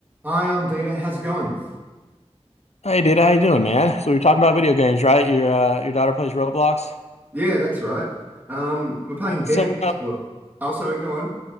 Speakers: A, on the right (about 15°); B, on the left (about 70°).
A: Hi, I'm Dita. How's it going?
B: Hey, Data, how you doing, man? So we are talking about video games, right? Your uh, your daughter plays Roblox.
A: Yeah, that's right. Um, we're playing Dandy's
B: So
A: World. Oh, sorry, go on.